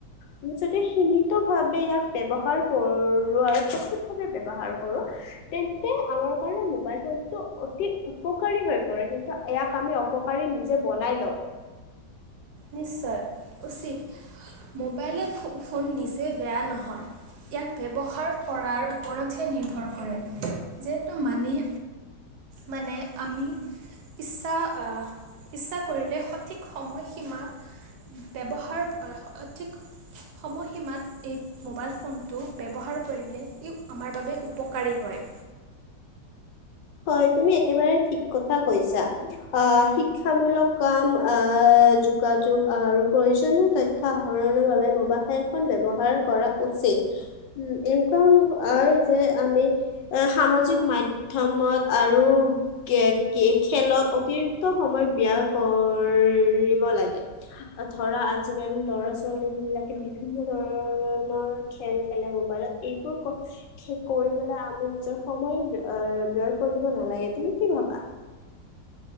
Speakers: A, on the left; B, on the right.
A: আমি যদি সীমিত ভাৱে ইয়াক ব্যৱহাৰ কৰো আৰু সঠিকভাৱে ব্যৱহাৰ কৰো তেন্তে আমাৰ কাৰণে মোবাইল ফোনতটো অতি উপকাৰী হৈ পৰে কিন্তু আ ইয়াক আমি অপকাৰী নিজে বনাই লওঁ।
B: নিশ্চয় উচিত মোবাইলে ফো ফোন নিজে বেয়া নহয়। ইয়াক ব্যৱহাৰ কৰাৰ ওপৰতহে নিৰ্ভৰ কৰে যে তো মানি মানে আমি ইচ্ছা আ ইচ্ছা কৰিলে সঠিক সময় সীমা ব্যৱহাৰ অ' আ সঠিক সময়সীমাত এই মোবাইল ফোনটো ব্যৱহাৰ কৰিলে ই আমাৰ বাবে উপকাৰী হয়।
A: হয় তুমি একেবাৰে ঠিক কথা কৈছা। আহ শিক্ষামূলক কাম আ যোগাযোগ আৰু প্ৰয়োজনীয় তথ থ্য আহৰণৰ বাবে মোবা খেলখন ব্যৱহাৰ কৰা উচিত। উম এনেকুৱাও নহয় আৰু যে আমি এ সামাজিক মাধ্যমত। আৰু। কে-কে খেলত অতিৰিক্ত সময় ব্যয়া কৰিব লাগে। ধৰা আজিকালি ল'ৰা ছোৱালী বিলাকে বিভিন্ন ধৰণৰ খেল খেলে মোবাইলত। এইবোৰ ক-কৰি পেলাই আমি নিজৰ সময় ব আ ব্যয় কৰিব নালাগে, তুমি কি ভাবা?